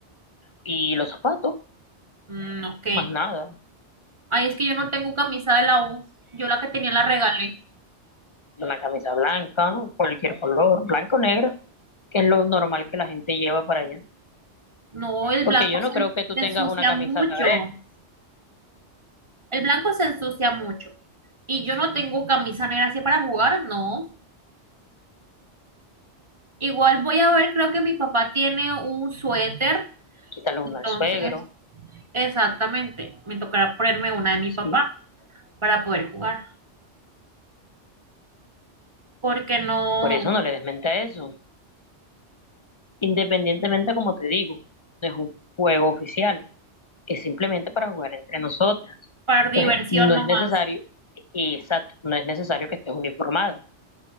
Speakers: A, on the left (about 30°); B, on the right (about 30°).
A: y los zapatos,
B: Mm, ok.
A: más nada.
B: Ay, es que yo no tengo camisa de la U. Yo la que tenía la regalé.
A: una camisa blanca, cualquier color, blanco o negra, que es lo normal que la gente lleva para allá.
B: No, el
A: Porque
B: blanco
A: yo no
B: se,
A: creo que tú
B: se
A: tengas
B: ensucia
A: una camisa
B: mucho.
A: verde,
B: El blanco se ensucia mucho. Y yo no tengo camisa negra así para jugar, no. Igual voy a ver, creo que mi papá tiene un suéter.
A: quítale una
B: Entonces,
A: al suegro,
B: exactamente. Me tocará ponerme una de mi
A: ¿sí?
B: papá para poder jugar. Porque no.
A: Por eso no le desmente a eso. Independientemente, como te digo, no es un juego oficial, es simplemente para jugar entre nosotras.
B: Para diversión
A: Entonces, no
B: nomás.
A: es necesario, exacto, no es necesario que estés uniformada.